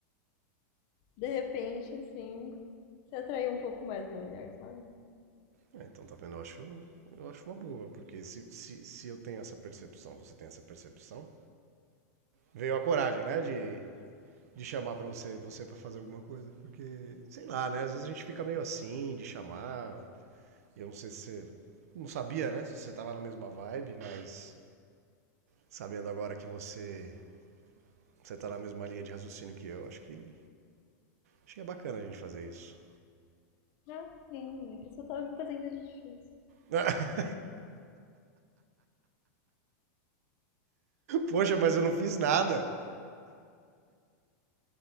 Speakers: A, on the left; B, on the right.
A: De repente, assim, você atraiu um pouco mais uma mulher, sabe?
B: É, então, tá vendo? Eu acho, eu acho uma boa, porque se, se, se eu tenho essa percepção, você tem essa percepção, veio a coragem, né, de, de chamar pra você, você para fazer alguma coisa, porque, sei lá, né, às vezes a gente fica meio assim, de chamar, eu não sei se você, não sabia, né, se você tava na mesma vibe, mas sabendo agora que você, você tá na mesma linha de raciocínio que eu, acho que, acho que é bacana a gente fazer isso.
A: Ah, sim, é que eu só tava me fazendo de difícil.
B: <laughs> Poxa, mas eu não fiz nada.